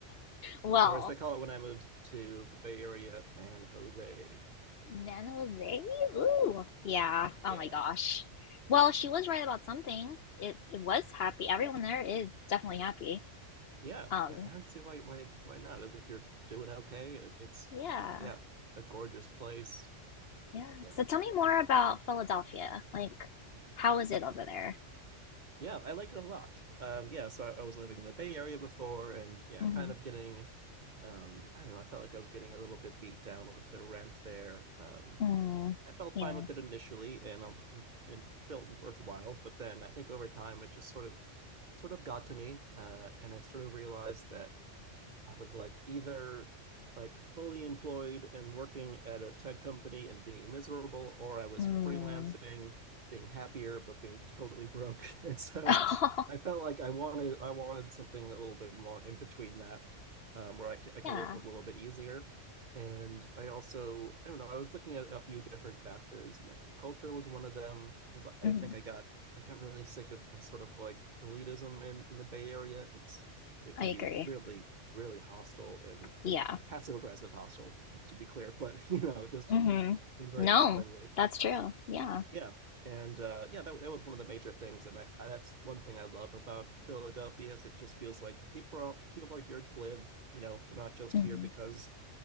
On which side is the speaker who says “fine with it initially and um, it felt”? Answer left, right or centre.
Right